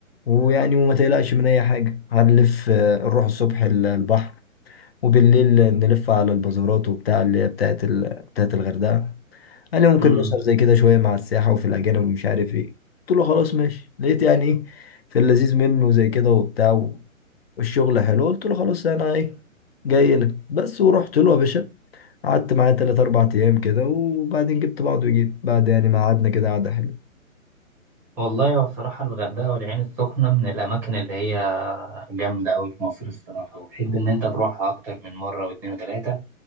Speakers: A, on the left; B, in the centre.
A: ويعني وما تقلقش من اي حاجة هنلف آه، نروح الصبح ال- البحر وبالليل نلف على البازارات وبتاع اللي هي بتاعت ال... بتاعت الغردقة قال لي ممكن
B: امم
A: نسهر زي كده شوية مع السياحة وفي الأجانب ومش عارف ايه قلت له خلاص ماشي لقيت يعني ايه في اللذيذ منه زي كده وبتاع والشغل حلو قلت له خلاص انا ايه جاي لك بس ورحت له يا باشا قعدت معاه تلات اربع ايام كده وبعدين جبت بعض وجيت بعد يعني ما قعدنا كده قعده حلوه
B: والله هو بصراحة الغردقة والعين السخنة من الأماكن اللي هي جامدة أوي في مصر الصراحة وتحب إن أنت تروحها أكتر من مرة واتنين وتلاتة